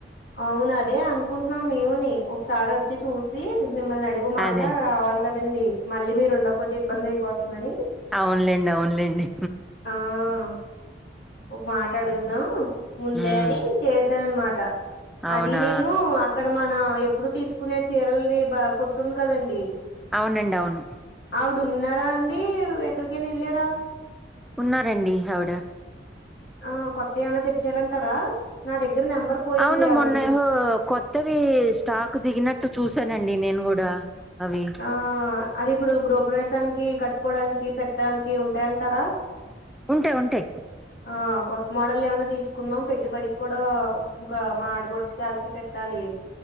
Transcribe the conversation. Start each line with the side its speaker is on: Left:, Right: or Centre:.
Left: అవున అదే అనుకుంటున్నాం మేముని ఒకసారి వచ్చి చూసి మిమ్మల్ని అడిగు మాట
Centre: అదే
Left: వళ కదండి మళ్ళీ మీరు ఉండకపోతే ఇబ్బంది అయిపోతుందని
Centre: అవున్లేండి అవునులేండి
Left: ఆ ఒక మాట అడుగుదాం ముందే
Centre: ఉమ్
Left: అని చేసాను అనమాట
Centre: అవునా
Left: అది నేను అక్కడ మన ఎప్పుడు తీసుకునే చీరలది బా కొట్టు ఉంది కదండి
Centre: అవునండి అవును
Left: ఆవిడ ఉన్నారా అండి ఎక్కడికైనా వెళ్ళరా
Centre: ఉన్నారండి ఆవిడ
Left: ఆ కొత్త ఏమన్న తెచ్చారంటారా నా దగ్గర నెంబర్ పోయింది
Centre: అవును
Left: ఆవిడది
Centre: మొన్న ఏమో ఏదో కొత్తవి స్టాక్ దిగినట్టు చూసానండి నేను కూడా అవి
Left: ఆ అది ఇప్పుడు గృహప్రవేశానికి కట్టుకోవడానికి పెట్టడానికి ఉంటాయంటారా
Centre: ఉంటాయి ఉంటాయి
Left: ఆ కొత్త మోడల్ ఏమైన్నా తీసుకుందాం పెట్టుబడికి కూడా ఇంకా మా ఆడబడుచు వాళ్ళకి కి పెట్టాలి